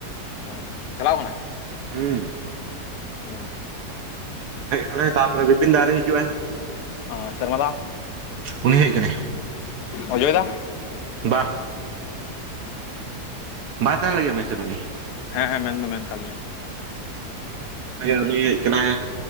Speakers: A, on the left; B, on the right.
A: ᱚ ᱪᱟᱞᱟᱣ ᱠᱟᱱᱟᱭ
B: ᱦᱩᱸ
A: ᱩᱸ ᱾
B: ᱦᱮᱡ ᱠᱟᱱᱟᱭ ᱛᱟᱨᱯᱚᱨᱮ ᱵᱤᱯᱤᱱ ᱫᱚ ᱟᱭᱨᱤ ᱦᱤᱡᱩᱜᱼᱟᱭ ᱾
A: ᱚ ᱥᱮᱨᱢᱟ ᱫᱟ,
B: ᱩᱱᱤ ᱦᱮᱡ ᱠᱟᱱᱟᱭ
A: ᱚᱡᱚᱭ ᱫᱟ,
B: ᱵᱟᱦ ᱵᱟᱭ ᱛᱟᱦᱮᱱ ᱞᱟᱜᱤᱫ ᱢᱮᱥ ᱨᱮ ᱩᱱᱤ ᱾
A: ᱦᱮᱸ ᱦᱮᱸ ᱢᱮᱱ ᱫᱚ ᱢᱮᱱ ᱠᱟᱜ ᱞᱤᱧᱟᱹ ᱾
B: ᱩᱱᱤᱭ ᱦᱮᱡ ᱠᱟᱱᱟᱭ,